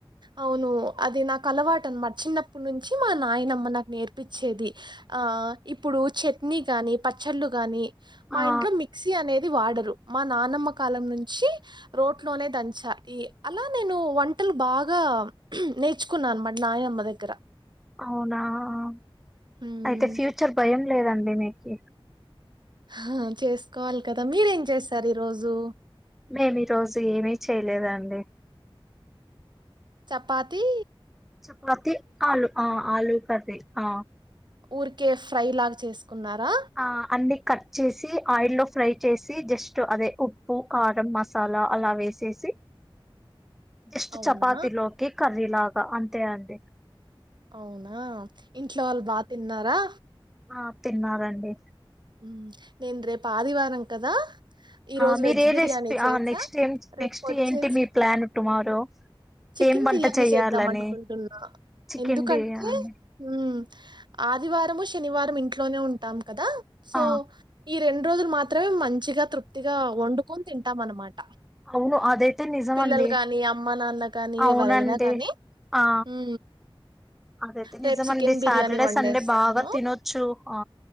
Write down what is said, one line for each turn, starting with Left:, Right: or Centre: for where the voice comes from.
Right: అవును అది నాకు అలవాట అన్నమాట చిన్నప్పుడు నుంచి మా నాయనమ్మ నాకు నేర్పిచ్చేది ఆ ఇప్పుడు చట్నీ గాని పచ్చళ్ళు గాని మా
Centre: ఆ
Right: ఇంట్లో మిక్సీ అనేది ది వాడరు మా నానమ్మ కాలం నుంచి రోట్ లోనే దంచ అలా నేను వం టలు బాగా నేర్చుకున్నా అనమాట నాయమ్మ దగ్గర
Centre: అవునా ఆ
Right: హ్మ్.
Centre: అయితే ఫ్యూచర్ భయం లేదండి మిర్చి
Right: ఆ చేసుకోవాలి కదా మీరేం చేస్తారు ఈ రోజు
Centre: మేమి ఈ రోజు ఏమి చేయలేదండి
Right: చపాతి
Centre: చపాతి ఆలు ఆ ఆలూ కర్రీ ఆ
Right: ఊరికే ఫ్రై లాగా చేసుకున్నారా
Centre: ఆ అన్ని కట్ చేసి ఆయిల్లో ఫ్రై చేసి జస్ట్ అదే ఉప్పు కారం మసాలా అలా వేసేసి జస్ట్
Right: అవునా?
Centre: చపాతిలోకి కర్రీలాగ అ అంతే అంతే
Right: అవునా ఇంట్లో వాళ్ళు బా తిన్నారా
Centre: ఆ తిన్నారండి
Right: ఉ నేను రేపు ఆదివారం కదా ఈరోజు
Centre: ఆ మీర
Right: వెజ్
Centre: ఏ
Right: బిర్యానీ
Centre: రెస్పి
Right: చేశా.
Centre: ఆ నెక్స్ట్ ఏం
Right: రేపొచ్చేసి
Centre: నెక్స్ట్ ఏంటి మీ ప్లాన్ టుమారో
Right: చికెన్
Centre: ఏం వంట
Right: బిర్యానీ
Centre: చెయ్యాలని
Right: చేద్దాం అనుకుంటున్నా
Centre: చికెన్
Right: ఎందుకంటే
Centre: బిర్యానీ
Right: ఊ ఆదివారము శనివారం ఇంట్లోనే ఉంటాం కదా సో
Centre: ఆ
Right: ఈ రెండు రోజులు మాత్రమే మంచిగా తృప్తిగా వండుకొని తింటాం అన్నమాట
Centre: అవును అదైతే నిజమండి
Right: పిల్లలు కానీ అమ్మ నాన్న కానీ
Centre: అవునండి
Right: ఎవరైనా కానీ
Centre: ఆ
Right: ఊ
Centre: అదైతే
Right: రేపు
Centre: నిజమండి
Right: చికెన్ బిర్యానీ
Centre: సాటర్డే
Right: వండేస్తాను
Centre: సండే బాగా తినొచ్చు ఆ